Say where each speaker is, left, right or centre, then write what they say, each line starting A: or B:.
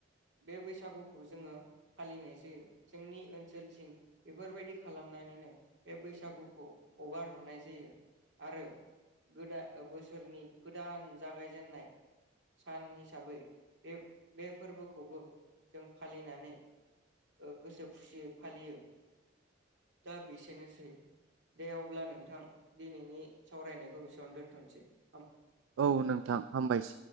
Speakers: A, on the right; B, on the right.
A: बे बैसागुखौ जोङो फालिनाय जोयो जोंनि ओनसोलथिं बेफोरबायदि खालामनानैनो बे बैसागुखौ हगार हरनाय जायो आरो गोदा ओ बोसोरनि गोदान जागायजेननाय सान हिसाबै बे बे फोरबोखौबो जों फालिनानै ओ गोसो खुसियै फालियो। दा बेसेनोसै दे अब्ला नोंथां दिनैनि सावरायनायखौ बेसेयावनो दोन्थन <inaudible>
B: औ नोंथां हामबायस